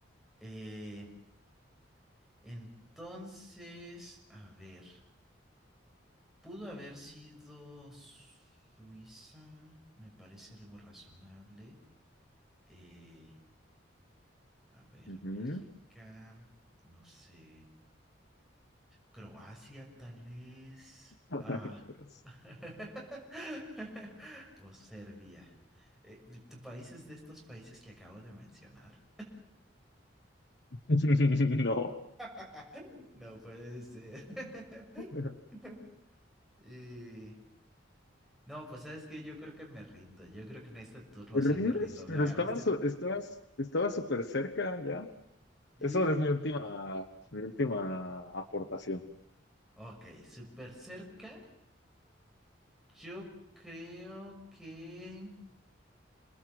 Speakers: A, in the centre; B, on the left.
A: Eh, entonces, a ver, pudo haber sido Suiza, me parece algo razonable. Eh, A ver,
B: Ujú.
A: Bélgica, no sé, Croacia tal vez,
B: <laughs>
A: ah, <laughs> o Serbia. Eh, ¿tu país es de estos países que acabo de mencionar?
B: No.
A: <laughs> No puede ser. <laughs>
B: <laughs>
A: Eh, no, pues sabes que yo creo que me rindo, yo creo que en este turno
B: ¿Rindes?
A: sí me rindo, me
B: Pero
A: agarraste.
B: estabas, estabas, estabas súper cerca ya.
A: Y,
B: Eso es mi última, mi última aportación.
A: ok, súper cerca, yo creo que...